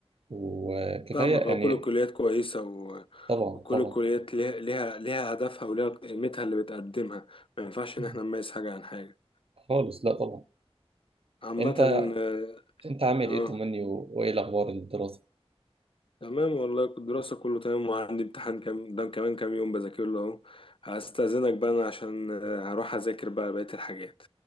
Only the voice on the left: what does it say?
فاهمك
اه كل الكليات كويسة و...
وكل
الكليات ليها ليها ليها هدفها وليها قيمتها اللي بتقدمها ما ينفعش
ان احنا نميز حاجة عن حاجة
عامة
اه
آه،
تمام والله كنت الدراسة كله تمام وعندي امتحان كام ده كمان كام يوم بذاكر له اهو هستأذنك بقى انا عشان آه، هروح اذاكر بقى بقية الحاجات